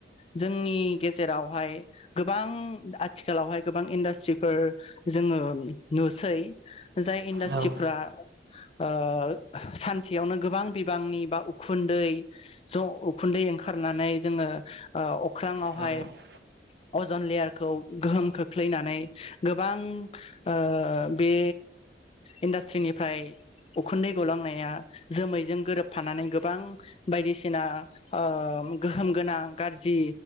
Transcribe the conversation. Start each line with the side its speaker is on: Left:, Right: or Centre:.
Left: जोंनि गेजेरावहाय गोबां आथिखालावहाय गोबां इन्डास्ट्रिफोर जोङो नुसै जाय इन्डास्ट्रिफ्रा
Right: औ औ
Left: ओ सानसेयावनो गोबां बिबांनि बा उखुन दै ज उखुन्दै ओंखारनानै जोङो ओ अख्रांयावहाय
Right: औ
Left: अजन लेयारखौ गोहोम खोख्लैनानै गोबां ओ बे <inaudible> इन्डास्ट्रिनिफ्राय उखुन्दै गलांनाया जोमैजों गोरोबफानानै गोबां बायदिसिना ओ गोहोम गोनां गारजि